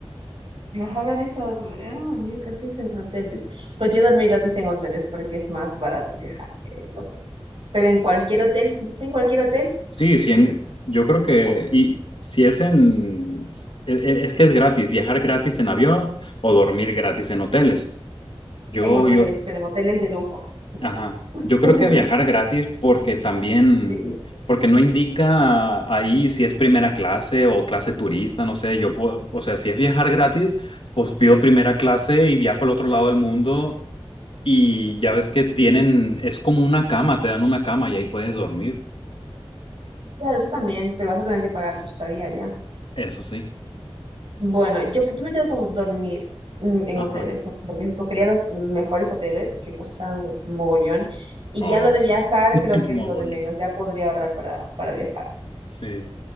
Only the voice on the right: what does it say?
Ajá, gratis, en- ah, dormir gratis en hoteles. Pues yo dormí gratis en hoteles porque es más barato viajar que en hoteles. Pero en cualquier hotel, si es en cualquier hotel,
sí,
o-
en hoteles,
pero en hoteles de lujo. Yo.
<laughs>
Sí,
claro, eso también, pero vas a tener que pagar tu estadía ya.
Bueno, yo, yo me quedo con dormir mm, en
hoteles, o sea, porque escogería los mejores hoteles que cuestan mogollón. Y
ya lo de
viajar
creo que
es lo de menos, ya podría ahorrar para, para viajar.